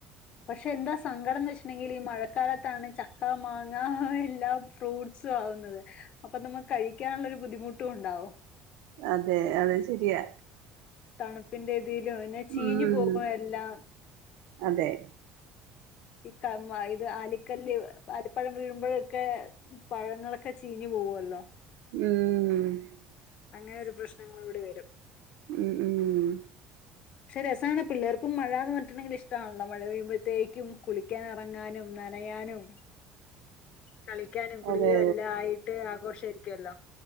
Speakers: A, on the left; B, on the right.
A: പക്ഷെയെന്താ സങ്കടന്ന് വച്ചിട്ടുണ്ടെങ്കിലീ മഴക്കാലത്ത് ത്താണ്, ചക്ക, മാങ്ങാ യെല്ലാ ഫ്രൂട്ട്സുമാകുന്നത് അപ്പൊ നമുക്കു കഴിക്കാൻള്ളൊരു ബുദ്ധിമുട്ടുണ്ടാവും
B: അതെ, അതുശരിയാ
A: തണുപ്പിന്റെയിതിലും പിന്നെ ചീഞ്ഞുപോകുമെല്ലാം
B: ഉം അതെ
A: ഇക്ക വായിത് ആലിക്കല്ല് ആലിപ്പഴം വീഴുമ്പയൊക്കെ പഴങ്ങളൊക്കെ ചീഞ്ഞു പോകുവല്ലോ
B: ഉം.. ഉം
A: അങ്ങനെയൊരു പ്രശ്നങ്ങളുംകൂടി വരും.
B: ഉം.. ഉം
A: പക്ഷേ രസാണ്, പിള്ളാർക്കും മഴാന്ന് പറഞ്ഞിട്ടുണ്ടങ്കിലു ഇഷ്ടാണല്ലോ മഴപെയ്യുമ്പത്തേക്കും കുളിക്കാനിറങ്ങാനും. നനയാനും, കളിക്കാനും കുളിയുമെല്ലാമായിട്ടാഘോഷമായിരിക്കുവല്ലോ
B: അതെ